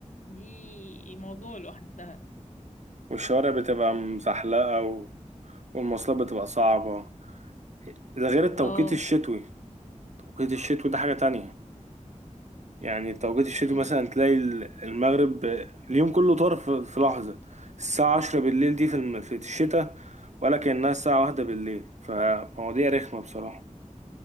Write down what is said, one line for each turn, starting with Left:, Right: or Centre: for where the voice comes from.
Left: دي موضوع لوحدها
Right: والشوارع بتبقى مزحلقه و... والمواصلات بتبقى صعبه ده غير التوقيت
Left: اه
Right: الشتوي توقيت الشتوي ده حاجه تانية يعني توقيت الشتوي
Left: أمم.
Right: مثلا تلاقي ال- المغرب اليوم كله طار في في لحظة الساعة عشرة بالليل دي في الم- في الشتاء ولا كأنها الساعة واحدة بالليل فمواضيع رخمة بصراحة